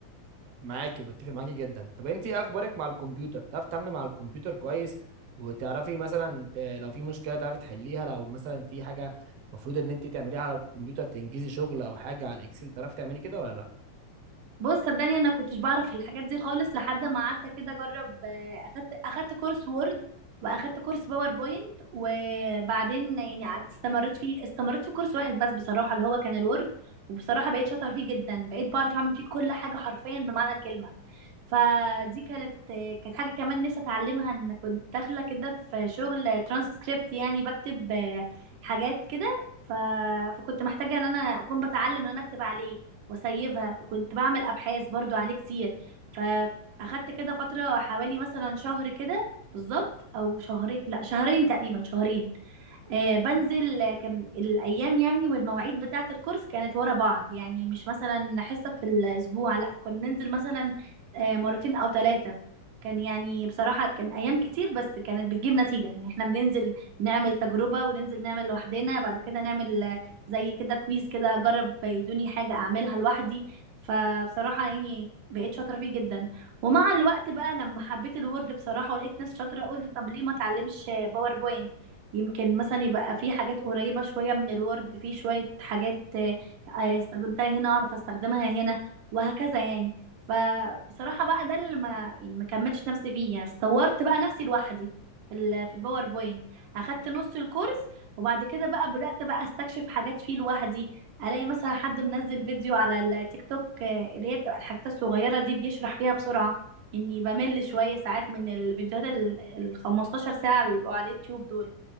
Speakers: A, on the right; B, on the right.
A: معاكي بتفق معاكي جدا طب انت ايه اخبارك مع الكمبيوتر بتعرفي تتعاملي مع الكمبيوتر كويس وتعرفي مثلا ت- لو في مشكله تعرفي تحليها لو مثلا في حاجه المفروض ان انت تعمليها على الكمبيوتر تنجزي شغل او حاجه على الاكسل تعرفي تعملي كده ولا لا
B: بص صدقني انا كنتش بعرف الحاجات دي خالص لحد ما قعدت كده اجرب آه، اخدت اخدت كورس وورد واخدت كورس باوربوينت وبعدين يعني قعدت- استمريت فيه استمريت في كورس واحد بس بصراحة اللي هو كان الوورد وبصراحة بقيت شاطرة فيه جدا بقيت بعرف اعمل فيه كل حاجة حرفيا بمعنى الكلمة فدي كانت آه، كانت حاجة كمان نفسي اتعلمها ان كنت داخلة كده في شغل ترانسكريبت يعني بكتب آه، حاجات كده ف... فكنت محتاجة ان انا اكون بتعلم ان انا اكتب عليه واسيبها وكنت بعمل ابحاث برضو عليه كتير فاخدت كده فتره حوالي مثلا شهر كده بالظبط او شهرين لا شهرين تقريبا شهرين آه، بنزل آه، كان الايام يعني والمواعيد بتاعه الكورس كانت ورا بعض يعني مش مثلا حصه في الاسبوع لا كنا ننزل مثلا آه، مرتين او ثلاثه كان يعني بصراحه كان ايام كتير بس كانت بتجيب نتيجه يعني احنا بننزل نعمل تجربه وننزل نعمل لوحدنا بعد كده نعمل آه، زي كده كويز كده اجرب يدوني حاجه اعملها لوحدي فبصراحه يعني بقيت شاطره فيه جدا ومع الوقت بقى لما حبيت الوورد بصراحه ولقيت نفسي شاطره قلت طب ليه ما اتعلمش باوربوينت يمكن مثلا يبقى في حاجات قريبة شوية من الوورد في شوية حاجات آه، آه، استخدمتها هنا اعرف استخدمها هنا وهكذا يعني فبصراحة بقى ده اللي ما يعني ما كملتش نفسي فيه يعني استورت بقى نفسي لوحدي في ال في الباوربوينت اخدت نص الكورس وبعد كده بقى بدأت بقى استكشف حاجات فيه لوحدي الاقي مثلا حد منزل فيديو على التيك توك آه، اللي هي بتبقى الحاجات الصغيرة دي بيشرح فيها بسرعة اني بمل شوية ساعات من الفيديوهات ال ال 15 ساعة اللي بيبقوا على اليوتيوب دول